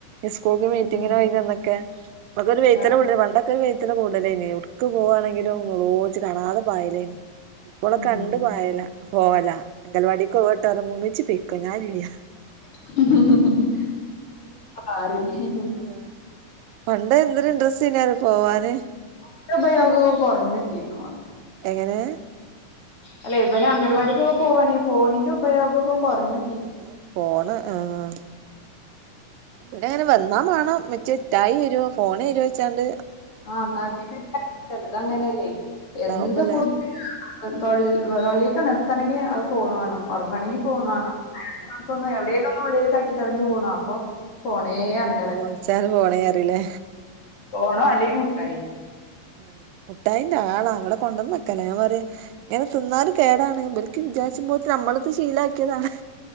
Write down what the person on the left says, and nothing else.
ഉം.
ആ
ഉം
ഉം.
<unintelligible> ആഹ് റിം
<unintelligible> ഉപയോഗൊക്കെ കൊറഞ്ഞ്ട്ടിന്ന് ഓളെ
അല്ല ഇവന് അങ്കൽവാടിക്കൊക്കെ പോവാണെങ്കി ഫോണിന്റെ ഉപയോഗൊക്കൊ കൊറഞ്ഞ്
ആഹ് ന്നാ ഓൽ <unintelligible> ല്ലോ ഇതങ്ങനല്ലെയ്
എന്ത് ഫു <unintelligible> മാണം അഹ് തൊള്ളി വെ പള്ളിക്കാണ്ട് എത്തണെങ്കി അഹ് ഫോണ് വാണം ഒർങ്ങണെങ്കി ഫോണ് വാണം അയ്‌ന്റെടക്കൊന്ന്
എവ്ടേലൊന്ന് ഉള്ള്ല് തട്ടി തടഞ്ഞു വൂണ് അപ്പൊ ഫോണേ അർഞ്ഞ്
ഫോണോ അല്ലെങ്കി മുട്ടായി